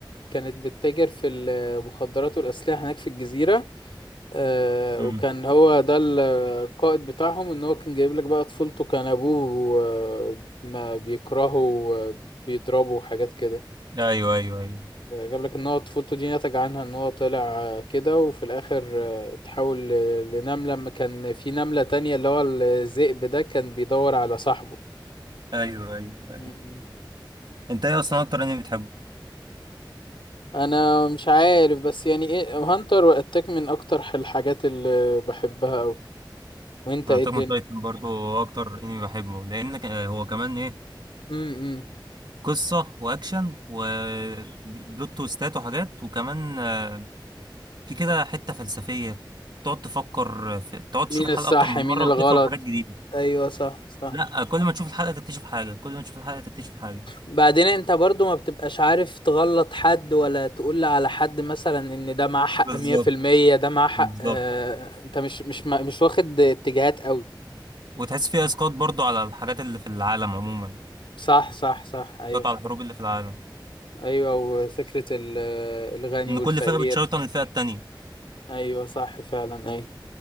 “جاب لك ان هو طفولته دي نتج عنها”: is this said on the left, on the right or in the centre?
Left